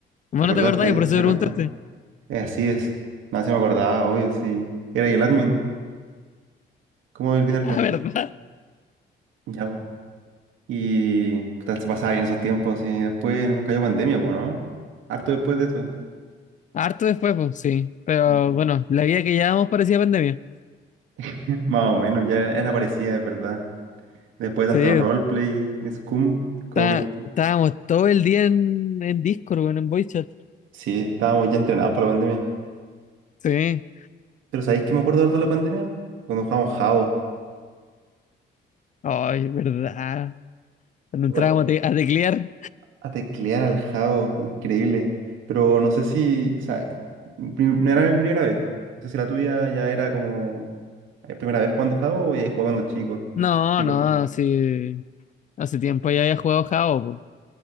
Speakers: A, on the left; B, on the right.
A: Bueno,
B: ¿Te acordaste?
A: te acordás, por
B: eh?
A: eso
B: ¿Te
A: te
B: acordaste?
A: preguntaste. <laughs>
B: Eh, así es. Nada, se me acordaba, obvio, sí. Era ahí el admin. ¿Cómo olvidarlo?
A: Ah, ¿verdad?
B: Ya, po. Y puta, se pasaba bien esos tiempos y después nos cayó pandemia, pues, ¿no? Harto después de eso.
A: Harto después, pues, sí. Pero
B: Mm.
A: bueno, la vida que llevábamos parecía pandemia.
B: <laughs> Más o menos, ya era parecida, es verdad. Después
A: Sí,
B: de tanto roleplay, Scum, como
A: está-
B: que
A: estábamos todo el día en, en Discord, bueno, en voice chat.
B: sí, estábamos ya entrenados para la pandemia.
A: Sí.
B: Pero ¿sabéis que me acuerdo harto de la pandemia? Cuando jugábamos Jabo.
A: Ay, ¿verdad? Cuando entrábamos
B: Igual,
A: a, te- a teclear.
B: a teclear al Jabo, increíble. Pero no sé si, o sea, prim- no era mi primera vez. No sé si la tuya ya era como eh, primera vez jugando Jabo o ya jugaba cuando chico.
A: No,
B: Chica.
A: no, sí. Hace tiempo ya había jugado Jao,